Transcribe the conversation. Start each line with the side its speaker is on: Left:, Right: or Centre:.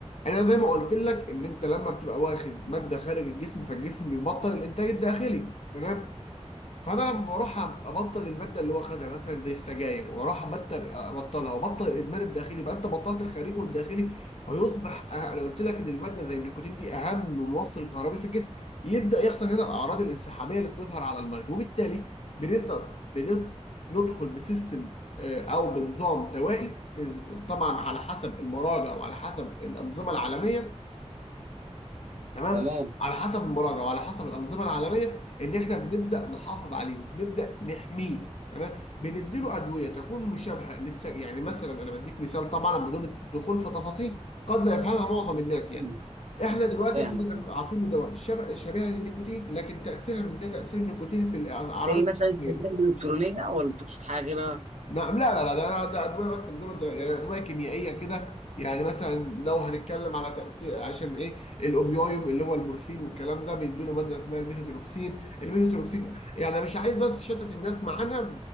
Left: انا زي ما قلت لك ان انت لما بتبقى واخد ماده خارج الجسم فالجسم بيبطل الانتاج الداخلي تمام فانا لما بروح ابطل الماده اللي هو خدها مثلا زي السجاير واروح ابطل ابطلها وابطل الادمان الداخلي يبقى انت بطلت الخارجي والداخلي فيصبح أه- انا قلت لك ان الماده زي النيكوتين دي اهم موصل كهربي في الجسم يبدا يحصل هنا الاعراض الانسحابيه اللي بتظهر على المريض وبالتالي بنبدا بنب- ندخل بسيستم آه، او بنظام دوائي إذ- طبعا على حسب المراجع وعلى حسب الانظمه العالميه تمام
Right: تمام
Left: على حسب المراجعه وعلى حسب الانظمه العالميه ان احنا بنبدا نحافظ عليه وبنبدا نحميه تمام بنديله ادويه تكون مشابهه للس يعني مثلا انا بديك مثال طبعا بدون الدخول في تفاصيل قد لا يفهمها معظم الناس يعني
Right: مم.
Left: احنا دلوقتي
Right: فاهم
Left: بنقول إحنا عاطين له دواء شبه- شبيهه للنيكوتين لكن تاثيرها مش زي تاثير النيكوتين في الاعراض
Right: زي مثلا السجاير
Left: الجسدية.
Right: الالكترونيه ولا تقصد حاجه غيرها
Left: نعم لا لا لا ده أنا- ده ادويه بس بدون الد- يعني ادويه كيميائيه كده يعني مثلا لو هنتكلم على تاثير عشان ايه الاوبيويد اللي هو المورفين والكلام ده بيدوا له ماده اسمها الميثوتروكسين الميثوتروكسين يعني انا مش عايز بس شتت الناس معانا